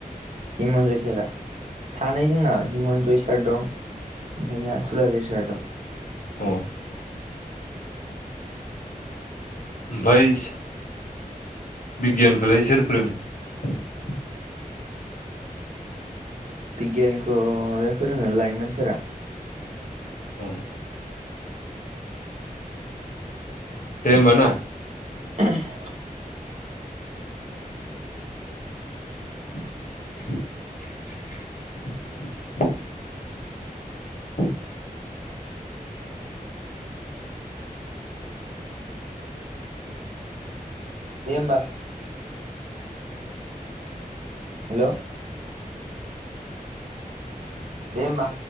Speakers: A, on the right (about 55°); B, on the left (about 65°).
A: हिमन्जय सारा। सानै जोंना हिमन्जय सार दं ओमफ्राय ना थुलाबिर सार दं।
B: उम। ओमफ्राय स बिगियानखौलाय सोर फोरोङो?
A: बिगियानखौ माबाया फोरोङो लाइमोन सारा।
B: उम। दे होमबा ना?
A: ह <inaudible>
B: <inaudible> <inaudible> <inaudible>
A: दे होमबा। हेल'? दे होमबा।